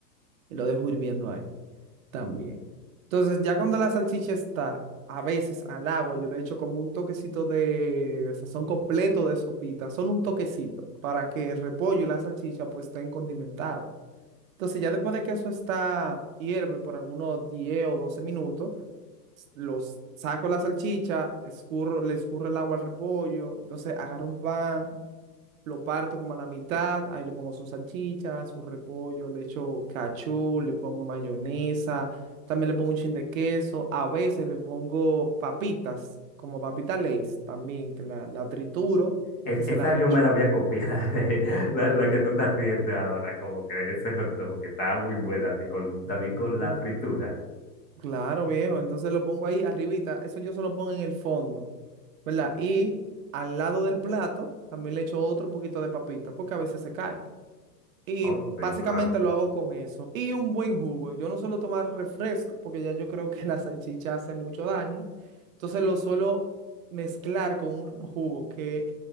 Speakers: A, on the right (about 55°); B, on the left (about 20°).
A: y lo dejo hirviendo ahí también. Entonces, ya cuando la salchicha está, a veces al agua, yo le echo como un toquecito de sazón completo de sopita, solo un toquecito, para que el repollo y la salchicha pues estén condimentados. Entonces, ya después de que eso está, hierve por algunos 10 o 12 minutos los saco la salchicha, escurro, le escurro el agua al repollo, entonces agarro un pan, lo parto como a la mitad, ahí le pongo su salchicha, su repollo, le echo cachú, le pongo mayonesa, también le pongo un chin de queso, a veces le pongo papitas, como papita Lay's también, que la, la trituro
B: Es-
A: y se
B: esa
A: la
B: yo
A: echo.
B: me la voy a copiar, la, de- <laughs> la, la que tú estás haciendo ahora, como que ese hot dog, que está muy buena, así con, también
A: Ujú.
B: con la fritura.
A: Claro, viejo. Entonces lo pongo ahí arribita. Eso yo se lo pongo en el fondo, ¿verdad? Y al lado del plato también le echo otro poquito de papita porque a veces se cae. Y
B: Oh,
A: básicamente
B: sí, claro.
A: lo hago con eso. Y un buen jugo. Yo no suelo tomar refresco porque ya yo creo que <laughs> la salchicha hace mucho daño. Entonces lo suelo mezclar con un jugo que